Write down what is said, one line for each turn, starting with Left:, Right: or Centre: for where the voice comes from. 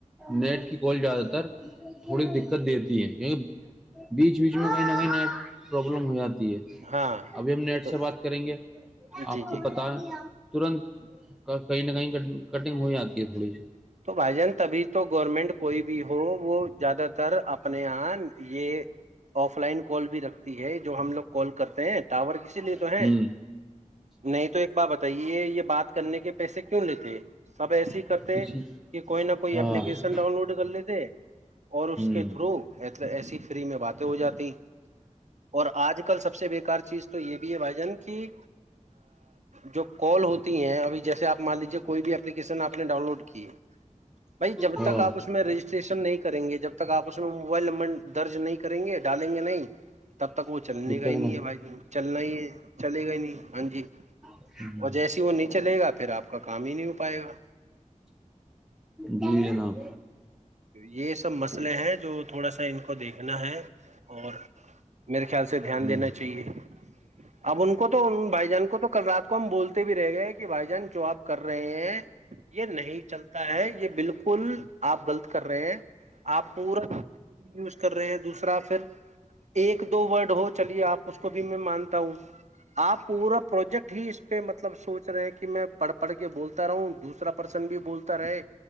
Centre: نیٹ کی کال زیادہ تر تھوڑی دقت دی دی ہے کیہ بیچ بیچ میں کہیں نہ کہیں نیٹ پروابلم ہو جاتی
Right: ہاں
Centre: ابھی ہم نیٹ
Right: تو
Centre: سے بات کریں گے آپ
Right: جی جی
Centre: کو پتا ہے ترنت کہیں نہ کہیں ک کٹنگ ہو جاتی ہے تھوڑی سی
Right: تو بھائی جان تبھی تو گورنمنٹ کوئی بھی ہو وہ زیادہ تر اپنے یہاں یہ آف لائن کال بھی رکھتی ہے جو ہم لوگ کال کرتے ہیں ٹاور کسی لیے
Centre: سی
Right: تو ہے
Centre: ہوں
Right: نہیں تو ایک بات بتائیے یہ بات کرنے کے پیسے کیوں لیتے ہیں سب کرتے
Centre: اچ
Right: کوئی نہ کوئی
Centre: ہاں
Right: اپپلیکیشن ڈاؤن لوڈ کر لیتے اور اس
Centre: ہوں
Right: کے تھرو ایس مطلب ایسی فری میں باتیں ہو جاتییں اور آج کل سب سے بیکار چیز تو یہ بھی ہے بھائی جان کی جو کال ہوتی ہیں ابھی جیسے آپ مان لیجیے کوئی بھی اپلیکیشن آپ نے ڈاؤن لوڈ کی بھائی جب
Centre: ہاں
Right: تک آپ اس میں رجسٹریشن نہیں کریں گے جب تک آپ اس میں موبائل نمبر درج نہیں کریں گے ڈالیں گے تب تک وہ چلنے
Centre: جب
Right: کا
Centre: تک
Right: ہی نہیں
Centre: نا
Right: ہے بھائی ج چلنا ہی ہے چلے گا ہی نہیں ہاں جی
Centre: ہے
Right: اور جیسی وہ نہیں چلے گا پھر آپ کا کام ہی نہیں ہو پائے گا
Centre: جی جناب
Right: یہ سب مسئلے ہیں جو تھوڑا سا ان کو دیکھنا ہے اور میرے خیال سے دھیان
Centre: ہوں
Right: دینا چاہیے اب ان کو تو ان بھائی جان کو تو کل رات کو ہم بولتے بھی رہ گئے کہ بھائی جان جو آپ کر ر یہ نہیں چلتا ہے یہ بالکل کل آپ غلط کر رہے ہیں آپ پورا یوز کر رہے ہیں دوسرا پ ایک دو ورڈ ہو چلیے آپ اس کو بھی میں مانتا ہوں آپ پورا پروجیکٹ ہی اس پہ مطلب سوچ رہے ہیں کہ میں پڑھ پڑھ کے بولتا رہا ہوں دوسرا پرسن بھی بولتا رہے